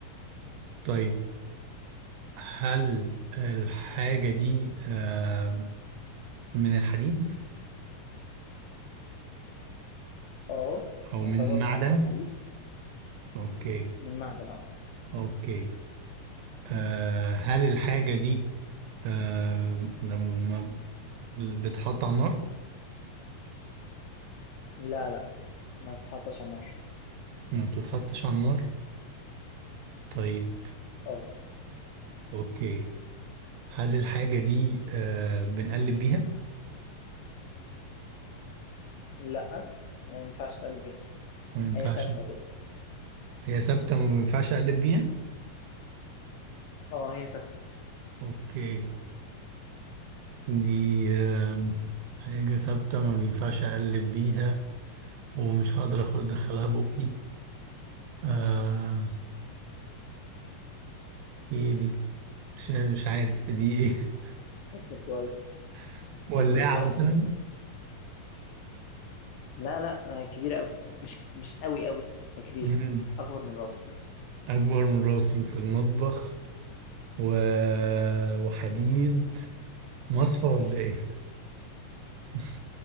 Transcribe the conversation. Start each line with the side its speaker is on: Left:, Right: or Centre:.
Right: طيب هل الحاجة دي آه من الحديد
Left: اه
Right: او
Left: يعتبر
Right: من المعدن؟
Left: اه من حديد
Right: اوكي
Left: من معدن اه
Right: اوكي آه هل الحاجة دي آه لما بتتحط على النار
Left: لا لا ما بتتحطش على النار
Right: ما بتتحطش على النار طيب
Left: اه
Right: اوكي هل الحاجة دي آه بنقلب بيها
Left: لا ما ينفعش تقلب بيها
Right: ما ينفعش
Left: هي ثابتة كده
Right: هي ثابتة ما بينفعش اقلب بيها
Left: اه هي ثابتة
Right: اوكي دي آه حاجة ثابتة ما بينفعش اقلب بيها ومش هقدر اخد ادخلها بقي آه ايه دي مش, مش عارف دي ايه
Left: فكر كويس
Right: <laughs> ولاعة
Left: فكر كويس
Right: مثلا
Left: لا لا آه، كبيرة قوي مش مش قوي قوي هي كبيرة
Right: مم.
Left: أكبر من راسك مثلا
Right: اكبر من راسي وفي المطبخ و... وحديد مصفى ولا ايه <laughs>